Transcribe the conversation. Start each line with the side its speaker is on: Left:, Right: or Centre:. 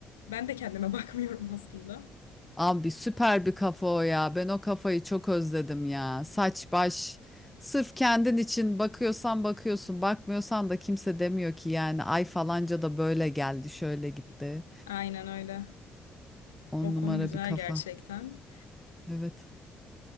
Left: ben de kendime <laughs> bakmıyorum aslında.
Centre: Abi süper bir kafa o ya. Ben o kafayı çok özledim ya. Saç baş. Sırf kendin için bakıyorsan bakıyorsun, bakmıyorsan da kimse demiyor ki yani ay falanca da böyle geldi, şöyle gitti.
Left: Aynen öyle.
Centre: On
Left: O
Centre: numara
Left: konu güzel
Centre: bir kafa.
Left: gerçekten.
Centre: Evet.